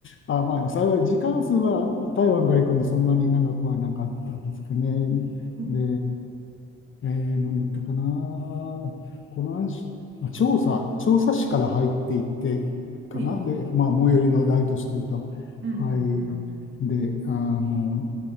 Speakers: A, on the left; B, on the right.
A: あ、まあ幸い時間数は台湾から行くのそんなに長くはなかったですかね。
B: うん。
A: で、えー、何だったかな。この話、あ調査、調査市から入っていってかな。
B: はい。
A: で、まあ最寄りの大都市というと。
B: うん。うん。
A: はい。
B: うん
A: で、あの、